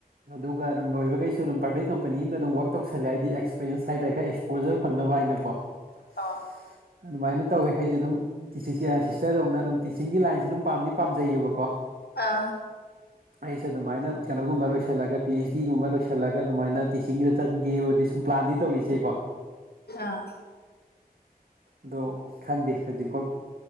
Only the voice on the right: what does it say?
ꯑꯗꯨꯒ ꯑꯗꯨꯝ ꯂꯣꯏꯕ ꯑꯩꯁꯨ ꯑꯗꯨꯝ ꯄꯔ꯭ꯥꯏꯚꯦꯠ ꯀꯝꯄꯅꯤ ꯑꯃꯅ ꯑꯗꯨꯝ ꯋꯥꯛ ꯇꯧꯁꯜꯂꯦ ꯍꯥꯏꯗꯤ ꯑꯦꯛꯁꯄꯤꯔꯦꯟꯁ <unintelligible> ꯄꯣꯖꯔ ꯐꯪꯅꯕ ꯍꯥꯏꯅꯀꯣ <unintelligible>
ꯑꯗꯨꯝꯃꯥꯏꯅ ꯇꯧꯋꯤ ꯑꯩꯖꯦ ꯑꯗꯨꯝ <unintelligible> ꯁꯤꯛꯁꯇꯔꯗꯧꯅ ꯑꯗꯨꯝ ꯇꯤꯆꯤꯡꯒꯤ ꯂꯥꯏꯟꯁꯦ ꯑꯗꯨꯝ ꯄꯥꯝꯗꯤ ꯄꯥꯝꯖꯩꯌꯦꯕꯀꯣ
<inaudible> ꯑꯩꯁꯨ ꯑꯗꯨꯝꯃꯥꯏꯅ ꯀꯩꯅꯣꯒꯨꯝꯕ ꯂꯣꯏꯁꯜꯂꯒ ꯄꯤ ꯑꯩꯆ ꯗꯤꯒꯨꯝꯕ ꯂꯣꯏꯁꯜꯂꯒ ꯑꯗꯨꯝꯃꯥꯏꯅ ꯇꯤꯆꯤꯡꯒꯤꯗ ꯆꯡꯒꯦꯕꯨꯗꯤ ꯁꯨꯝ ꯄ꯭ꯂꯥꯟꯗꯤ ꯇꯧꯔꯤ‌ ꯏꯆꯦ ꯀꫭ
ꯑꯗꯣ ꯈꯪꯗꯦ ꯍꯧꯖꯤꯛꯐꯥꯎ